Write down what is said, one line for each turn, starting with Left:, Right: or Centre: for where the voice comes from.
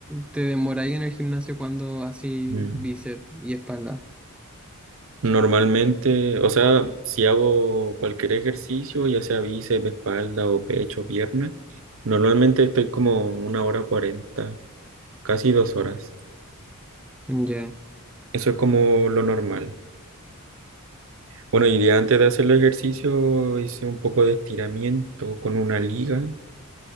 Centre: te demoráis en el gimnasio cuando así
Right: Mm.
Centre: bíceps y espalda?
Right: Normalmente, o sea, si hago cualquier ejercicio, ya sea bíceps, espalda o pecho, pierna, normalmente estoy como una hora cuarenta, casi dos horas.
Centre: Ya.
Right: Eso es como lo normal. Bueno, y de antes de hacer el ejercicio hice un poco de estiramiento con una liga,